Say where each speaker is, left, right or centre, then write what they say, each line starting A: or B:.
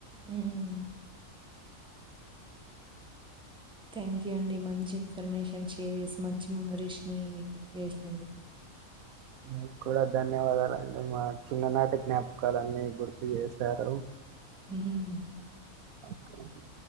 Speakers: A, in the centre; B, on the right.
A: మ్మ్ మ్మ్ థ్యాంక్యూ అండి మంచి ఇన్ఫర్మేషన్ షేర్ చేసి మంచి మెమోరిష్ ని గుర్తు ఎసినందుకు
B: మికు కూడా ధన్యవాదాలండి మా చిన్ననాటి జ్ఞాపకాలన్ని గుర్తు చే సారు
A: మ్మ్
B: ఓకే అండి